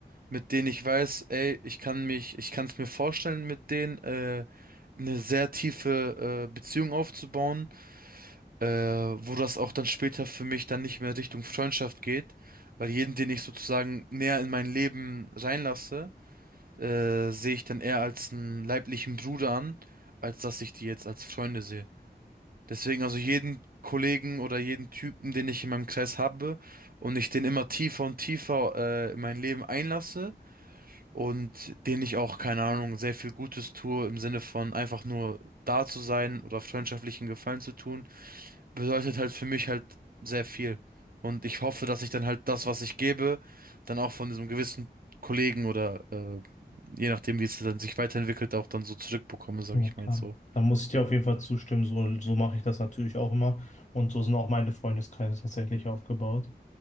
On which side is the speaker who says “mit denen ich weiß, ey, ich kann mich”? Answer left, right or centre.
Right